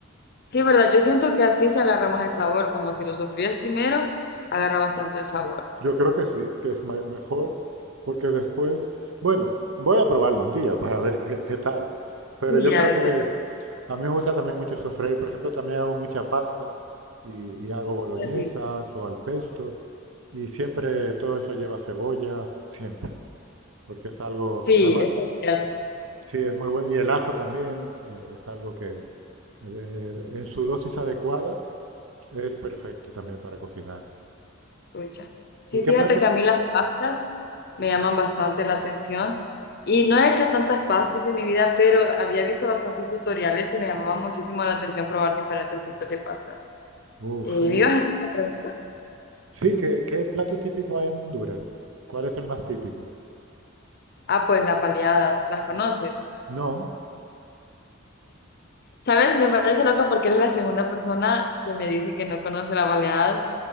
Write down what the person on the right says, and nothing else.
Yo creo que sí, que es me- mejor porque después, bueno, voy a probarlo un día para ver qué, qué tal. Pero
yo
creo que
a mí me gusta también mucho sofreír. Por ejemplo, también hago mucha pasta y, y hago boloñesas
o al pesto y siempre todo eso lleva cebolla, siempre porque es algo,
además
Sí, es muy bueno. Y el ajo también eh, es algo que eh, en su dosis adecuada es perfecto también para cocinar.
¿Y qué
plato?
Uf,
en
It-
sí, ¿qué, qué plato típico hay en Honduras? ¿Cuál es el más típico?
No.